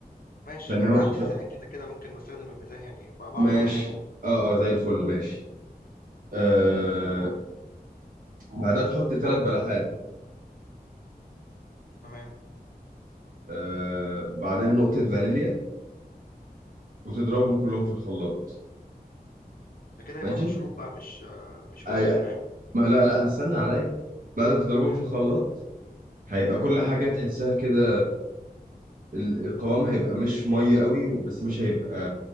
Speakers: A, on the left; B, on the right.
A: ماشي.
B: فان
A: أنا
B: هو
A: عندي
B: ف-
A: ميزان كده، كده ممكن باستخدم الميزان يعني ب باعرف
B: ماشي
A: أو يعني
B: اه اه زي الفل ماشي آه، بعدها تحط ثلاث بلحات
A: تمام.
B: آه، بعدها نقطة فانيليا وتضربهم كلهم في الخلاط
A: ده كده هيبقى
B: ماشي
A: مشروب بقى مش آه، مش وصفة
B: أي-
A: فاهم؟
B: ما لا لا هستنى عليا بعد ما تضربهم
A: تمام.
B: في الخلاط هيبقى كل حاجة تحسها كده ال- القوام هيبقى مش ميه قوي بس مش هيبقى